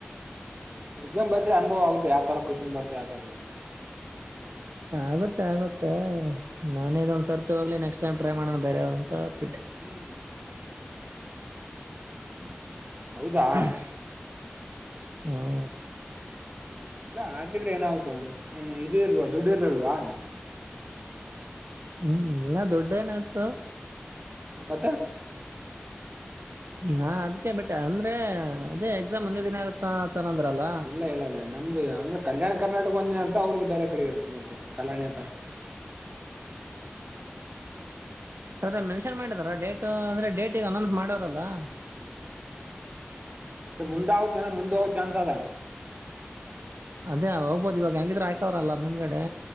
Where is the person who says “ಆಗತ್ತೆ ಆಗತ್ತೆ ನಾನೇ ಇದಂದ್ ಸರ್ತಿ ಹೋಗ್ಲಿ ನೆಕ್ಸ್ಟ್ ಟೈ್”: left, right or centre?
Right